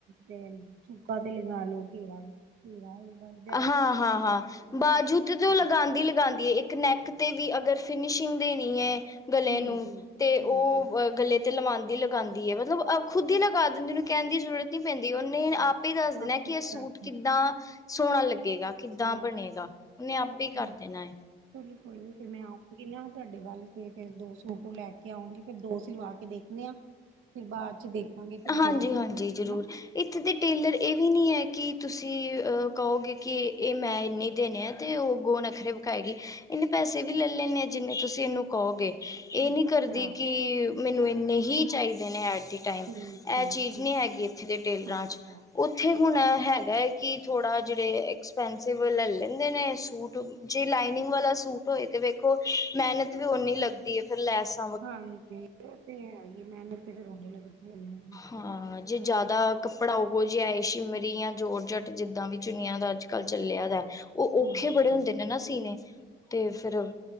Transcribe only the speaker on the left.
ਹਾਂ, ਹਾਂ, ਹਾਂ, ਬਾਜੂ ਤੇ ਤੇ ਉਹ ਲਗਾਉਂਦੀ-ਲਗਾਉਂਦੀ
ਹੈ। ਇੱਕ- ਨੈਕ ਤੇ ਵੀ ਅਗਰ ਫਿਨਿਸ਼ਿੰਗ ਦੇਣੀ ਹੈ ਗਲੇ
ਨੂੰ ਤੇ
ਉਹ ਗਲੇ- ਤੇ ਲਵਾਉਂਦੀ-ਲਗਾਉਦੀ ਹੈ ਮਤਲਬ ਖੁਦ ਹੀ ਲਗਾ ਦਿੰਦੀ। ਓਹਨੂੰ ਕਹਿਣ ਦੀ ਜ਼ਰੂਰਤ ਨਹੀਂ - ਨਹੀਂ ਪੈਂਦੀ। ਉਹਨੇ
ਆਪ ਹੀ ਦੱਸ ਦੇਣਾ
ਕਿ
ਇਹ ਸੂਟ
ਕਿੱਦਾਂ ਸੋਹਣਾ ਲੱਗੇਗਾ। ਕਿੱਦਾਂ
ਬਣੇਗਾ ਉਹਨੇ
ਆਪੇ ਕਰ
ਦੇਣਾ ਏ।
ਹਾਂਜੀ-ਹਾਂਜੀ
ਜ਼ਰੂਰ ਇੱਥੇ ਤੇ ਟੇਲਰ ਇਹ ਵੀ ਨਹੀਂ ਹੈ ਕਿ ਤੁਸੀਂ ਕਹੋਗੇ ਕਿ ਇਹ ਮੈਂ ਇੰਨੇ ਦੇਣੇ ਆ। ਤੇ ਉਹ ਹੁਣ ਨੱਖਰੇ ਵਿਖਾਏਗੀ। ਇਹਨੇ ਪੈਸੇ ਵੀ ਲੈ ਲੈਣੇ ਆ ਜਿਵੇਂ ਤੁਸੀਂ ਇਹਨੂੰ ਕਹੋਗੇ। ਇਹ
ਨੀ ਕਰਦੀ ਕਿ ਮੈਨੂੰ ਇਨੇ ਹੀ ਚਾਹੀਦੇ ਨੇ ਆਖਿਰ। ਟਾਈਮ
ਇਹ ਚੀਜ਼
ਨਹੀਂ ਹੈਗੀ ਇੱਥੇ ਦੇ ਟੇਲਰਾਂ
ਚ, ਉ- ਇੱਥੇ ਹੁਣ ਹੈਗਾ ਹੈ ਕਿ ਥੋੜਾ ਜਿਹੜੇ ਐਕਸਪੈਂਸਿਵ ਲੈ ਲੈਂਦੇ ਨੇ ਸੂਟ। ਜੇ ਲਾਈਨਿੰਗ ਵਾਲਾ ਸੂਟ ਹੋਏ ਤੇ ਵੇਖੋ ਮਿਹਨਤ ਵੀ ਉਨੀ ਲੱਗਦੀ ਏ ਫਿਰ ਲੈਸ-
ਹਾਂ, ਜੇ ਜ਼ਿਆਦਾ ਕੱਪੜਾ ਉਹੋ ਜਿਹਾ ਏ ਸ਼ਿਮਰੀ ਜਾਂ ਜੋਰ ਜੱਟ ਜਿੱਦਾਂ ਵੀ ਚੁੰਨੀਆ ਦਾ ਅੱਜ- ਅੱਜ ਕੱਲ ਚੱਲਿਆ ਦਾ। ਉਹ
ਔਖੇ ਬੜੇ ਹੁੰਦੇ ਨੇ ਨਾ ਸੀਣੇ। ਤੇ ਫਿਰ